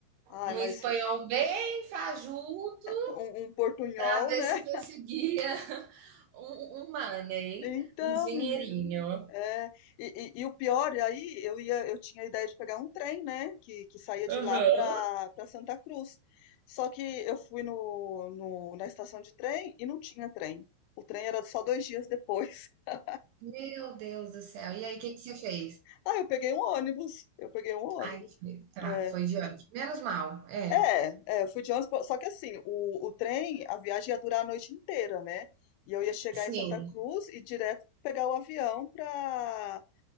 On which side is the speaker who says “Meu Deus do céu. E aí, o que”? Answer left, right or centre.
Right